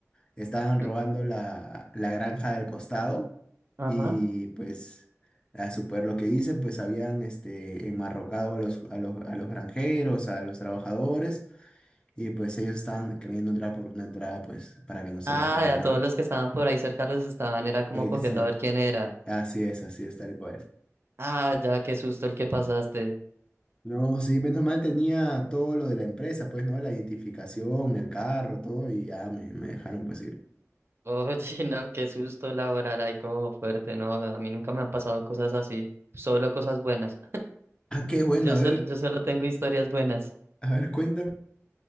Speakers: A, on the left (about 15°); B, on the right (about 50°).
A: estaban robando
B: L-
A: la, la granja del costado
B: Ajá.
A: y pues a su poder lo que dicen, pues habían este, enmarrocado a los, a los, a los granjeros, a los trabajadores y pues ellos estaban queriendo entrar por una entrada pues para que no se
B: Ah,
A: les vea,
B: a
A: ¿no?
B: todos los que estaban por ahí cerca los estaban, era como
A: Exacto.
B: cogiendo a ver quién era.
A: Así es, así es, tal cual.
B: Ah, ya, qué susto el que pasaste.
A: No, sí, menos mal tenía todo lo de la empresa, pues, ¿no? La identificación, el carro, todo, y ya me, me dejaron pues ir.
B: Oye, <laughs> no, qué susto laboral, ahí como fuerte, no, a mí nunca me han pasado cosas así, solo cosas buenas.
A: Ah, qué bueno,
B: Yo,
A: a ver,
B: so- yo solo tengo historias buenas,
A: a ver, cuéntame.